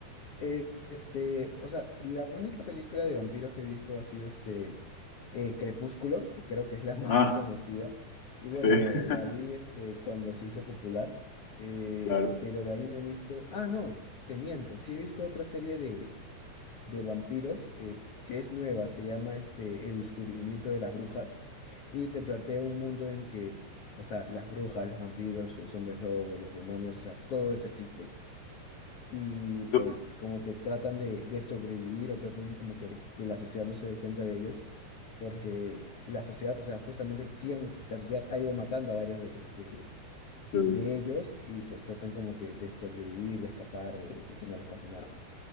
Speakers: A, on the left; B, on the left.
A: Eh, este, o sea, la única película de vampiros que he visto ha sido este eh, Crepúsculo, que creo que es la <laughs> más
B: Ah,
A: conocida. Y bueno,
B: sí, <laughs>
A: la vi este cuando se hizo popular, eh,
B: claro.
A: pero de ahí no he visto. Ah, no, te miento. Sí he visto otra serie de, de vampiros eh, que es nueva, se llama este El descubrimiento de las brujas. Y te plantea un mundo en que, o sea, las brujas, los vampiros, los hombres lobos, los demonios, o sea, todo eso existe y pues
B: Do-
A: como que tratan de, de sobrevivir o tratan como que, que la sociedad no se dé cuenta de ellos, porque la sociedad, o sea, justamente sí han- la sociedad ha ido matando a varios de, de,
B: sí.
A: de ellos y pues tratan como que de sobrevivir, de escapar, de, de que no les pase nada.